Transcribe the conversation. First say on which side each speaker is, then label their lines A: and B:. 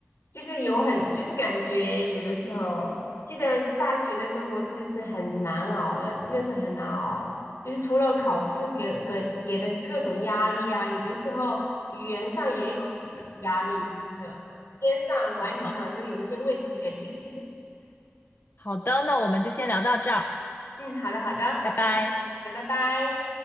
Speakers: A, on the left; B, on the left.
A: 就是有很，就是感觉有的时候，记得大学的生活真的是很难熬的，真的是很难熬。就是除了考试给给给的各种压力啊，有的时候语言上也有很多的压力，真的，时间上、管理上都有一些问题感觉。
B: 嗯，
A: <laughs>
B: 好的，那我们就先聊到这儿，
A: 嗯，好的好的，
B: 拜拜。
A: 很开心，拜拜。